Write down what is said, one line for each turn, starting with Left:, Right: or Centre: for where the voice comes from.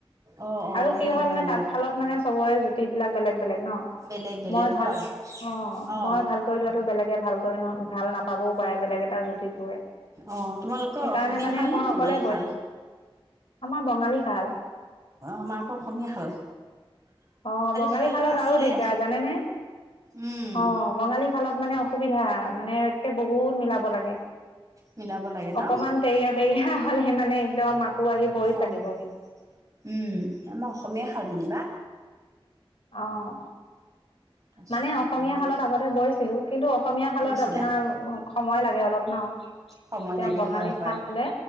Right: অঁ অঁ
Left: আৰু
Right: সেইটো
Left: কি হয় মানে
Right: বাৰু
Left: তাঁতশালত মানে চবৰে জুতি বিলাক বেলেগ বেলেগ ন
Right: বেলেগ বেলেগ
Left: মই ভাল
Right: হয়
Left: অ
Right: অঁ
Left: মই ভাল কৰি লোৱাটো বেলেগে ভাল কয় ন। ভাল নাপাবওঁ
Right: অঁ
Left: পাৰে বেলেগ এটা জুতি শুলে।
Right: অঁ তোমালোকৰ
Left: সেইকাৰণে
Right: অসমীয়া
Left: মানে
Right: শাল নে
Left: মই
Right: বঙালী
Left: অকলে গৈ
Right: শাল
Left: থাকোঁ। আমাৰ বঙালী খন
Right: আমাৰ আকৌ অসমীয়া শাল
Left: আহ বঙালী
Right: শাল
Left: খালত
Right: আছিলে
Left: আৰু দিগদাৰ জানেনে।
Right: উম
Left: অ বঙালী খালত মানে- সুবিধা মানে কে বহুত মিলাব লাগে।
Right: মিলাব লাগে ন
Left: অকমান তেইয়া বেইয়া। হ'লহে মানে। একদম আকৌ আহি ভৰিত
Right: অ
Left: লাগিবহি
Right: উম আমাৰ অসমীয়া শাল যেনিবা।
Left: অহ
Right: তাৰপিছতে
Left: মানে অসমীয়া
Right: হেৰি
Left: শালত আগতে বৈছিলোঁ। কিন্তু অসমীয়া শালত
Right: বৈছিলা
Left: আপোনাৰ। সময় লাগে অলপ ন।
Right: সময়
Left: তেওঁ
Right: লাগে
Left: বঙালী
Right: হয় হয়
Left: খাল হ'লে